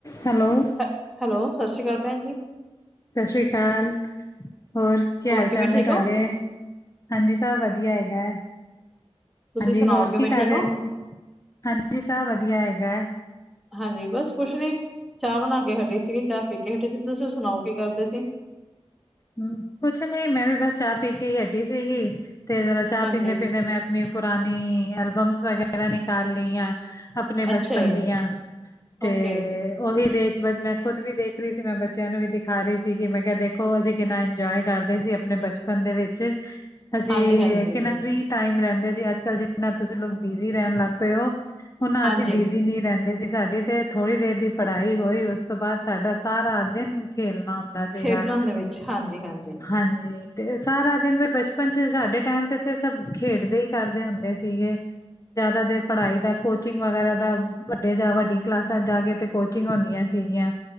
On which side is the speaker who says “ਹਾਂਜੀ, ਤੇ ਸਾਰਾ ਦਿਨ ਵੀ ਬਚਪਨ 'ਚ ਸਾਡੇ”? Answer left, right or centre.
Left